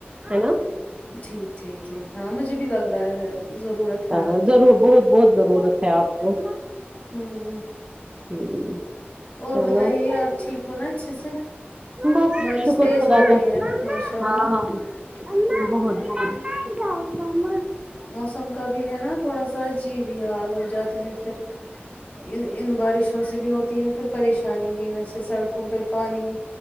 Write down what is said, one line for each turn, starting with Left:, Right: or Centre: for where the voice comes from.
Right: ہے نا
Left: ٹھیک ٹھیک ٹھیک ہاں مجھے بھی لگ رہا ہے ضرورت
Right: ہاں
Left: ہے
Right: ضرور بہت بہت ضرورت ہے آپ کو
Left: امم امم
Right: ہ
Left: اور
Right: چلو
Left: بتائیے نہ آپ ٹھیک ہو نا اچھے سے
Right: بس
Left: بارش
Right: شکر
Left: تیز
Right: خدا
Left: ہو رہی
Right: کا
Left: ہے ماشاء اللہ
Right: ہاں بہت
Left: ہوں
Right: بہت مت جاو مما
Left: موسم کا بھی ہے نا تھوڑا سا جی بھی حال ہو جاتے ہیں پھر ان ان بارشوں سے بھی ہوتی ہے پھر پریشانی ہی ویسے سڑکوں پہ پانی